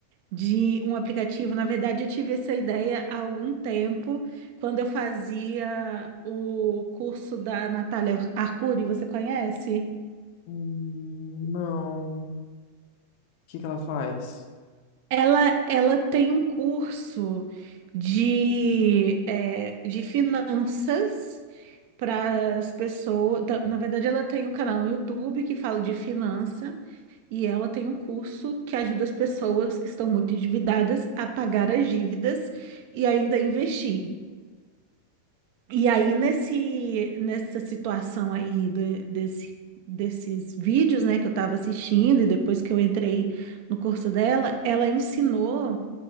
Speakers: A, on the right (about 45°); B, on the left (about 45°).
A: de um aplicativo. Na verdade, eu tive essa ideia há algum tempo, quando eu fazia o curso da Natália Arcuri, você conhece?
B: Hum, não. O que que ela faz?
A: Ela, ela tem um curso de, é, de finanças. para as pessoas. ta- Na verdade, ela tem um canal no YouTube que fala de finança e ela tem um curso que ajuda as pessoas que estão muito endividadas a pagar as dívidas e ainda investir. E aí, nesse, nessa situação aí de- desse, desses vídeos, né, que eu estava assistindo e depois que eu entrei no curso dela, ela ensinou